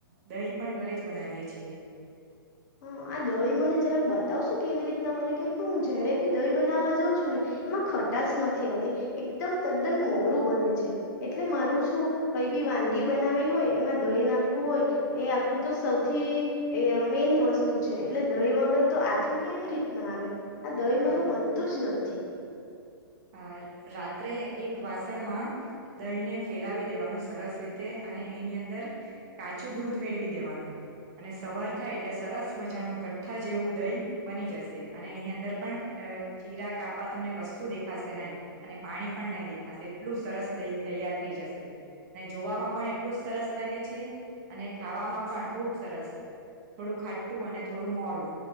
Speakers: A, on the right (about 45°); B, on the left (about 50°).
A: દહી પણ ઘરે જ બનાવીએ છીએ.
B: હા આ દહી મને જરાક બતાવશો કેવી રીતના મને ક કે હું જ્યારે બી દહી બનાવવા જાઉં છું ને એમાં ખટશ નથી આવતી એકદમ તદ્દન મોરું બને છે એટલે મારું શું કઈ બી વાનગી બનાવી હોય એમાં દહી નાખવું હોય એ આપણું તો સૌથી એ મેન વસ્તુ છે એટલે દહી વગર તો આથો કેવી રીતના આવે. આ દહી
A: હા
B: મારું બનતું જ નથી. <inaudible>
A: અ રાત્રે એક વાસણમાં દહીને ફેલાવી દેવાનું સરસ રીતે અને એની અંદર કાચું દૂધ મેળવી દેવાનું અને સવાર થાય એટલે સરસ મજાનું ગઠ્ઠા જેવું દહી બની જશે અને એની અંદર પણ ચીરા કાપા તમને કશું દેખા ા નહી અને પાણી પણ નહીં દેખાશે એટલું સરસ દ તૈયાર થઈ જશે અને જોવામાં પણ એટલું જ સરસ લાગે છે અને ખાવામાં પણ ખુબ સરસ થોડું ખાટું અને થોડું મોડું